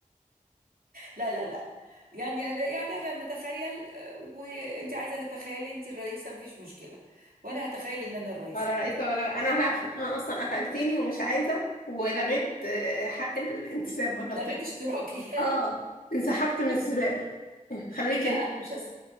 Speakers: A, on the right (about 85°); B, on the left (about 85°).
A: لا لا لا يعني يعني احنا بنتخيل آه، وانت عايزه تتخيلي انت الرئيسه مفيش مشكله وانا هتخيل ان انا الرئيسه
B: ولا رئيسة ولا أنا هقفل أنا أصلا قفلتيني ومش عايزة ولغيت آه، حق الانتساب ولا
A: لغيت
B: وات-
A: اشتراكي
B: اه انسحبت من السباق إيه،
A: <laughs>
B: خليكي
A: لا
B: انت
A: انا مش هس...